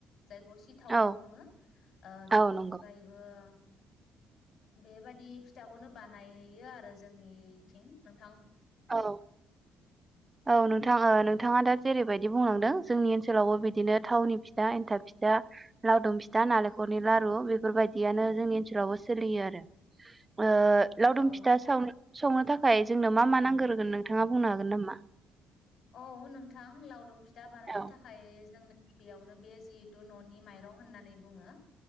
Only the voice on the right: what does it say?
औ
औ नंगौ
औ औ नोंथां नोंथाङा दा जेरैबायदि बुंलांदों जोंनि ओनसोलावबो बिदिनो थावनि फिथा एन्थाब फिथा लावदुम फिथा नालेंखलनि लारु बेफोरबायदियानो जोंनि ओनसोलावबो सोलियो आरो ओ लावदुम
फिथा साव संनो थाखाय खाय जोंनो मा मा नांगौ ग्रोगोन नोंथाङा बुंनो हागोन नामा
औ